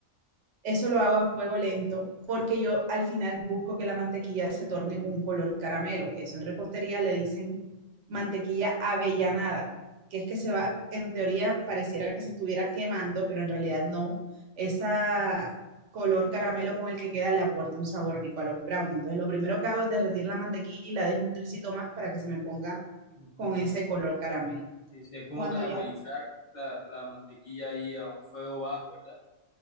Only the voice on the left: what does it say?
ujú.
Sí, sí, es como
caramelizar la, la mantequilla ahí a un fuego bajo, ¿verdad?